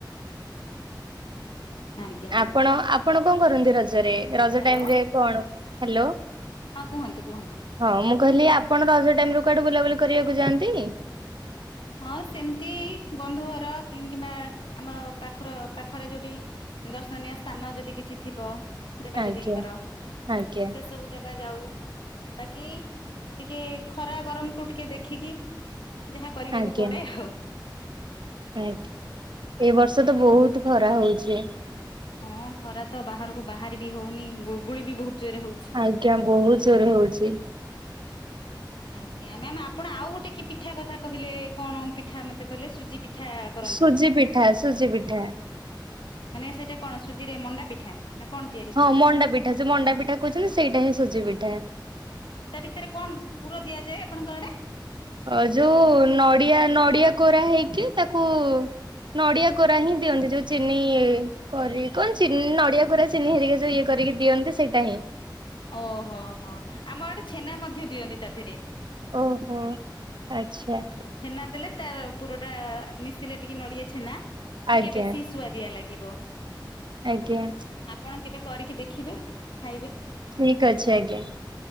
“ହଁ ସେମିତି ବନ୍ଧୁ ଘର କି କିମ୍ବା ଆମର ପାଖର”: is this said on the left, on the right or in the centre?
Left